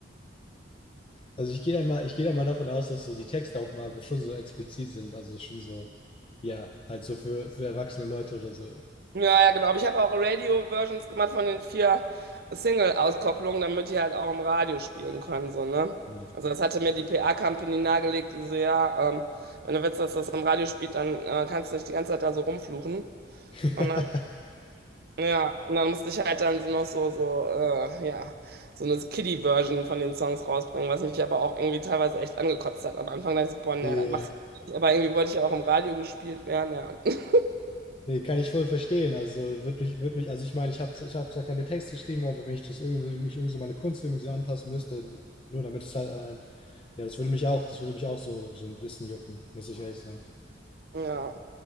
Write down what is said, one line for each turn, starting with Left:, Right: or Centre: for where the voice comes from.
Left: Also ich gehe da mal, ich gehe da mal davon aus, dass so die Texte auf dem Album schon so explizit sind, also schon so, ja, halt so für, für erwachsene Leute oder so.
Right: Ja, ja, genau. Aber ich habe auch Radio-Versions gemacht von den vier Single-Auskopplungen, damit die halt auch im Radio spielen können, so, ne?
Left: Mhm.
Right: Also das hatte mir die PR-Company nahegelegt, die so, ja, ähm, wenn du willst, dass das im Radio spielt, dann äh, kannst du nicht die ganze Zeit da so rumfluchen.
Left: <laughs>
Right: Und dann, ja, und dann musste ich halt dann so noch so, so, äh, ja, so eine Kiddie-Version von den Songs rausbringen, was mich aber auch irgendwie teilweise echt angekotzt hat. Am Anfang Da dachte ich, so, boah, nee,
Left: Ja.
Right: das machst du nicht. Aber irgendwie wollte ich ja auch im Radio gespielt werden, ja. <laughs>
Left: Nee, kann ich voll verstehen. Also wird mich, wird mich, also ich meine, ich habe ich hab zwar keine Texte geschrieben, aber wenn ich das irgendwie, wenn ich irgendwie so meine Kunst irgendwie so anpassen müsste, nur damit es halt ein, ja, das würde mich auch, das würde mich auch so, so ein bisschen jucken, muss ich ehrlich sagen.
Right: Ja.